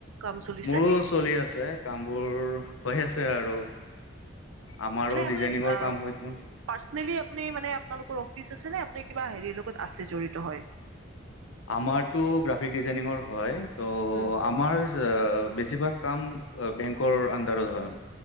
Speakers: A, on the right; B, on the left.
A: কাম চলিছে?
B: মোৰো চলি আছে, কামবোৰ হৈ আছে আৰু। আমাৰো
A: এনে
B: ডিজাইনিঙৰ
A: আপুনি আহ
B: কাম হয়তো।
A: পাৰ্চনেলি আপুনি মানে আপোনালোকৰ অফিচ আছে নে, আপুনি কিবা হেৰিৰ লগত আছে জড়িত হৈ?
B: আমাৰতো গ্ৰাফিক ডিজাইনিঙৰ হয় ত'
A: হম হম
B: আমাৰ বেছিভাগ কাম এ বেংকৰ উন্দাৰত হয়,